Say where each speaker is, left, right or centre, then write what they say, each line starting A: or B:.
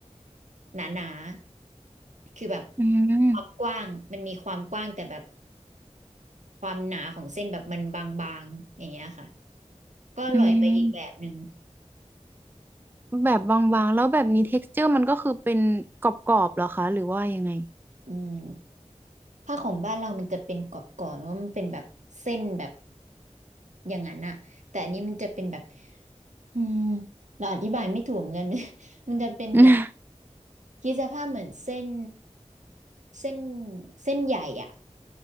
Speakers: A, on the right; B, on the right.
A: ๆหนาๆคือแบบ
B: อืม
A: ความกว้างมันมีความกว้างแต่แบบความหนาของเส้นแบบมันบางๆอย่างเงี้ยค่ะก็อร่อยไปอีกแบบหนึ่ง
B: อืมแบบบางๆแล้วแบบนี้ texture มันก็คือเป็นกรอบๆเหรอคะหรือว่ายังไง
A: อืมผ้าของบ้านเรามันจะเป็นกรอบๆเพราะมันเป็นแบบเส้นแบบอย่างนั้นอะแต่อันนี้มันจะเป็นแบบอืมเราอธิบายไม่ถูกเหมือนกัน <laughs> มันจะเป็นแบบ
B: <laughs>
A: คิดสภาพเหมือนเส้นเส้น เส้นใหญ่อ่ะ